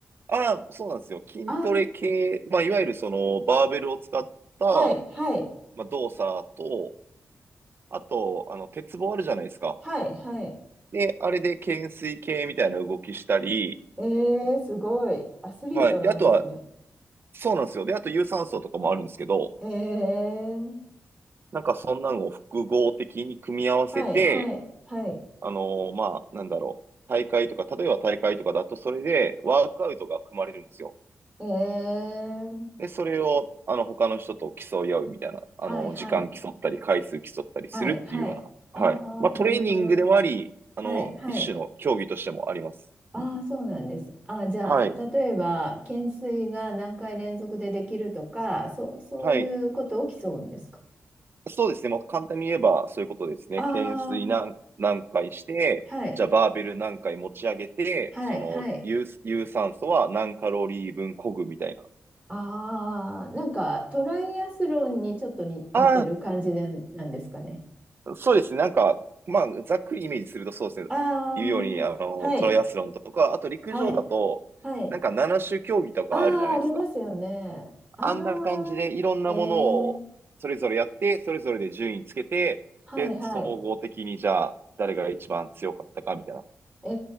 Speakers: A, on the right; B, on the right.
A: ああ、そうなんですよ。筋トレ系、
B: あ、
A: まあ、いわゆるその、バーベルを使った、
B: はい、はい、
A: まあ、動作と、あと、あの、鉄棒あるじゃないですか。
B: はい、はい。
A: で、あれで懸垂系みたいな動きしたり、
B: ええ、すごい。アスリートなんですね。
A: はい。で、あとは、そうなんですよ。で、あと有酸素とかもあるんですけど、
B: ええ、
A: なんかそんなのを複合的に組み合わせて、
B: はい、はい、はい。
A: あのーまあ、なんだろう。大会とか、例えば大会とかだと、それでワークアウトが組まれるんですよ。
B: ええ、
A: で、それを、あの、他の人と競い合うみたいな、あの、
B: はい、はい、
A: 時間競ったり、回数競ったりするっていうような、
B: はい、はい。
A: はい。
B: ああ、
A: まあ、
B: なるほど。
A: トレーニングでもあり、あの、
B: はい、はい。
A: 一種の競技としてもあります。
B: ああ、そうなんです。あ、じゃあ、
A: はい。
B: 例えば、懸垂が何回連続でできるとか、そう、そういうこと起きそうんですか
A: はい。そうですね。もう簡単に言えばそういうことですね。
B: ああ、
A: 懸垂何、何回して、
B: はい、
A: じゃあバーベル何回持ち上げて、
B: はい、
A: その有、
B: はい。
A: 有酸素は何カロリー分漕ぐみたいな。
B: ああ、なんか、トライアスロンにちょっとに似てる感じでなんですかね。
A: ああ、そうですね。なんか、まあ、ざっくりイメージするとそうですね。
B: ああ、
A: 言うように、あの、
B: はい、
A: トライアスロンとか、あと陸上だと、
B: はい、はい。
A: なんか7種競技とかあるじゃないですか。
B: ああ、ありますよね。ああ、
A: あんな感じでいろんなものをそれぞれやって、
B: ええ、
A: それぞれで順位つけて、
B: はい、
A: で、
B: はい。
A: 総合的にじゃあ誰が一番強かったかみたいな。
B: え